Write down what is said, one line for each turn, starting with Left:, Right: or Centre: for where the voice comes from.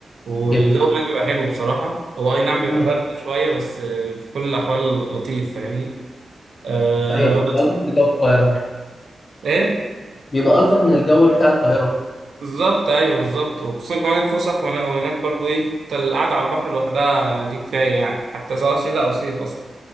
Right: والجو
Left: جدا
Right: هناك بيبقى حلو بصراحه هو اي نعم بيبقى
Left: امم
Right: برد شويه بس آه، في كل الاحوال لطيف فاهمني آه
Left: طيب بيبقى
Right: بس
Left: الطف من الجو في القاهره
Right: ايه
Left: بيبقى الطف من الجو بتاع القاهره
Right: بالظبط ايوه بالظبط وخصوصا كمان الفسح وهنا- وهناك برضو ايه القعده على البحر لوحدها دي كفايه يعني حتى سواء شتاء او صيف اصلا